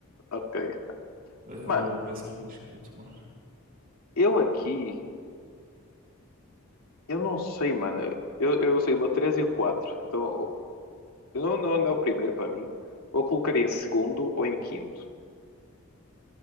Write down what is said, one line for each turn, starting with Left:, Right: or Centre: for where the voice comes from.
Left: Ok.
Right: Vai, vou-
Left: Mano,
Right: vai ser um risco que eu vou tomar.
Left: eu aqui, eu não sei, mano. Eu, eu usei uma 3 e o quatro Então, eu não, não é o primeiro para mim. Ou colocaria em segundo ou em quinto.